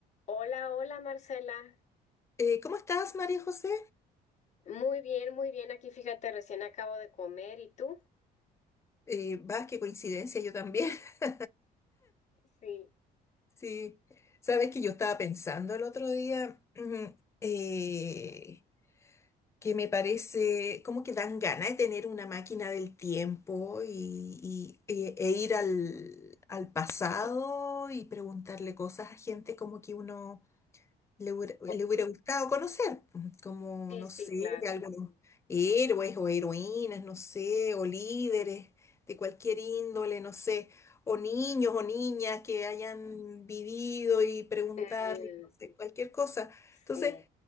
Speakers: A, on the left; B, on the left.
A: Hola, hola Marcela.
B: Eh, ¿cómo estás, María José?
A: Muy bien, muy bien. Aquí fíjate, recién acabo de comer. ¿Y tú?
B: Eh, vas, qué coincidencia, yo también. <laughs>
A: Sí,
B: Sí, sabes que yo estaba pensando el otro día ujú, eh, que me parece como que dan ganas de tener una máquina del tiempo y, y- e, e ir al, al pasado y preguntarle cosas a gente como que uno le hubiera, le
A: Oh,
B: hubiera gustado conocer, pues, como,
A: sí,
B: no
A: sí,
B: sé,
A: claro.
B: algunos héroes o heroínas, no sé, o líderes de cualquier índole, no sé, o niños o niñas que hayan vivido y preguntarle,
A: Mm,
B: no sé, cualquier cosa. Entonces,
A: sí,